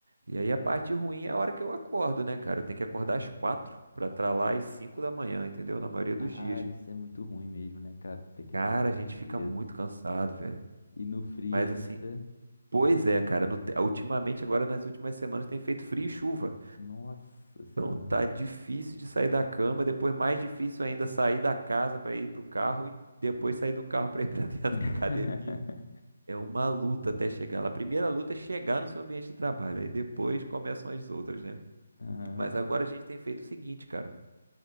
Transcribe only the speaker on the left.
Ah,
isso é muito ruim mesmo, né, cara? Ter que
acordar
cedo.
E no frio
ainda.
Nossa Senhora.
<laughs>
Aham,
sim.